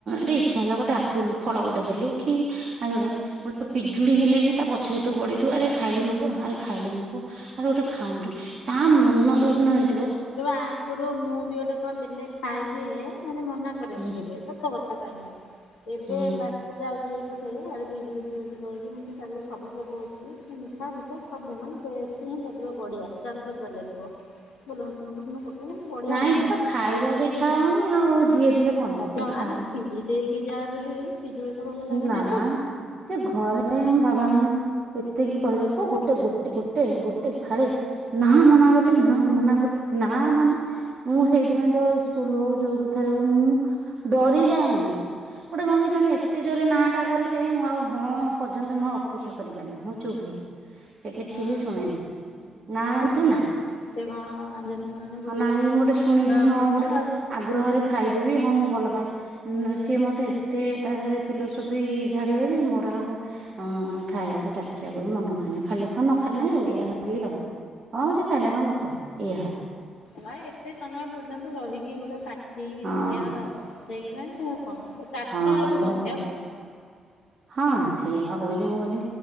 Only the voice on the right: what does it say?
ଟିଏ ଇଚ୍ଛା ହେଲା ଗୋଟେ ଆପୁଲ୍ ଫଳ ଗୋଟେ ଦେଲୁ କି ଆଉ <unintelligible> ପିଜୁଳି ହେଲେ ବି ତା ପଛରେ ତୁ ପଡିଥିଉ ଆରେ ଖାଇଲୁନୁ ପୁଅ ଆରେ ଖାଇଲୁନୁ ପୁଅ ଆରେ ଓଟେ ଖାଉନୁରେ ତା ମନ ଯୋଉଦୁନ ହେଇ
ହୁଁ
ହୁଁ
ନାଇଁ
ତ ଖାଇବାକୁ ଇଚ୍ଛା ହଉନି ଆଉ ଯିଏ ଦେଲେ କଣ ସିଏ
ଖାଇବ।
ନା
ସେ ଘରେ ବାବା ହେନ ଏତିକି କହିଲାପା ଗୋଟେ ଗୋଟେ ଗୋଟେ ଗୋଟେ ଫାଳେ ନାଁ ମନା କରଦେନି ନା ମନା <unintelligible> ନା ମାନେ ମୁଁ ସେଇତିପାଇଁ ତାଉ ସ୍କୁଲ ହଉ ଯୋଉ କଥାରେ ହଉ ମୁଁ ଡରି ଯାଏନି। ଗୋଟେ କଁ କି ଜଣେ ଏ ତେ ଜୋରେ ନାଁଟା କରେ ଯେ ମୁଁ ଆଉ ହଁ ପର୍ଯ୍ୟନ୍ତ ମୁଁ ଆଉ ଅପେକ୍ଷା କରିପାରେନା ହୁଁ ଚୁପ୍ ହୋଇଯାଏ। ସେ କିଛି
ବି ଶୁଣେନି ନାଁ ମନେ
ନା।
ହଁ ନାଇଁ ମୁଁ ଗୋଟେ ଶୁଣିକି
ହଁ
ଗୋଟେ
ଆଗ୍ରହରେ ଖାଇଦେବି ହଁ ମୁଁ ଭଲ ପାଏଁ। ନା ସିଏ ମତେ ଏତେ ତା ଧେରେ ଫିଲୋସପି ଝାଡିବ ଯେ ମୋର ଆଉ ହଁ ମାନେ ଖାଇଆକୁ ଯାଚିଆକୁ ବି ମନ ହୁଏନି ଖାଇଲେ ଖା ନ ଖାଲେ ନାଇଁ ଆଉ ଏଆ ଭାବିକି ରହ। ହଁ ସେ ଖାଇଲେ ଖାଉ ନଖାଲେ ଏଆ ହ
ହଁ
ହଁ
ଅଭ୍ୟାସ
ହେଇ
ହଁ ସେୟା ବା କହିଲି ମୁଁ ଓଲି